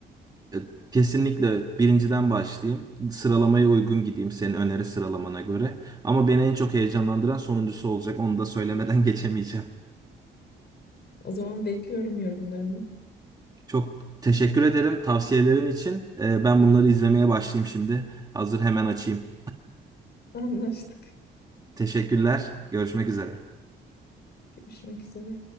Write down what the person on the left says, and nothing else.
O zaman bekliyorum yorumlarını.
<laughs> Anlaştık.
Görüşmek üzere.